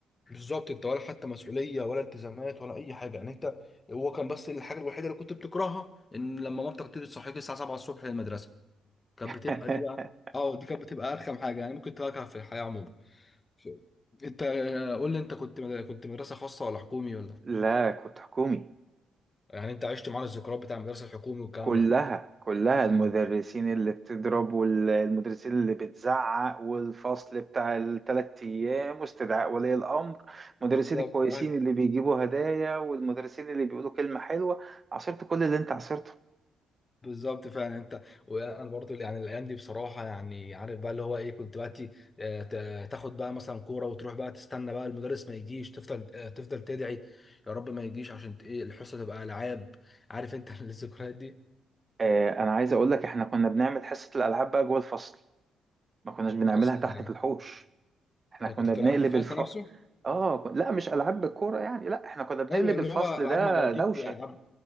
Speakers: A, on the left (about 25°); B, on the right (about 30°).
A: بالظبط انت ولا حتى مسؤوليه ولا التزامات ولا اي حاجه يعني انت هو كان بس الحاجه الوحيده اللي كنت بتكرهها ان لما مامتك تيجي تصحيك الساعه 7 الصبح للمدرسه كانت
B: <laughs>
A: بتبقى دي اه دي كانت بتبقى ارخم حاجه يعني ممكن تواجهها في الحياه عموما ف- انت آه، قول لي انت كنت مد... كنت مدرسه خاصه ولا حكومي ولا
B: لا كنت حكومي
A: يعني انت عشت معانا الذكريات بتاع المدرسه الحكومي والكلام
B: كلها
A: ده
B: كلها المدرسين
A: ايوه
B: اللي بتضرب والمدرسين اللي بتزعق والفصل بتاع الثلاث ايام واستدعاء ولي الامر المدرسين
A: بالظبط
B: الكويسين
A: ايوه
B: اللي بيجيبوا هدايا والمدرسين اللي بيقولوا كلمة حلوة عصرت كل اللي انت عصرته
A: بالظبط فعلا انت وانا برضو يعني الايام دي بصراحه يعني عارف بقى اللي هو ايه كنت بقى تي- آه، تا- تاخد بقى مثلا كوره وتروح بقى تستنى بقى المدرس ما يجيش تفضل آه، تفضل تدعي يا رب ما يجيش عشان ت- ايه الحصه تبقى العاب عارف انت <laughs> الذكريات دي
B: آه انا عايز اقول لك احنا كنا بنعمل حصة الالعاب بقى جوه الفصل ما كناش بنعملها
A: اصلا
B: تحت
A: يعني
B: في الحوش احنا
A: يعني
B: كنا
A: كنت بتلعبوا
B: بنقلب
A: في الفصل
B: الف
A: نفسه
B: اه لا مش العاب بالكورة يعني لا احنا كنا بنقلب
A: ايوه اللي
B: الفصل
A: هو العاب
B: ده
A: مع بعضيك
B: دوشة
A: والعاب